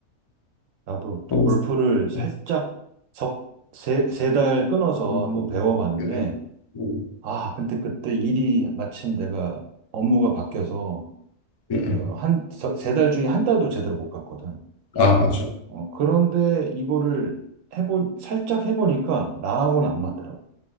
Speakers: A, on the right; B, on the left.
A: 나도
B: 음,
A: 골프를 살짝
B: 음,
A: 석 세 세 달 끊어서
B: 음,
A: 한번
B: 음,
A: 배워봤는데.
B: 음, 음,
A: 아, 근데 그때 일이 마침 내가 업무가 바뀌어서
B: 음.
A: 어,
B: 음.
A: 한, 세 달 중에 한 달도 제대로 못 갔거든.
B: 아, 맞아.
A: 어, 그런데 이거를 해본, 살짝 해보니까 나하고는 안 맞더라고.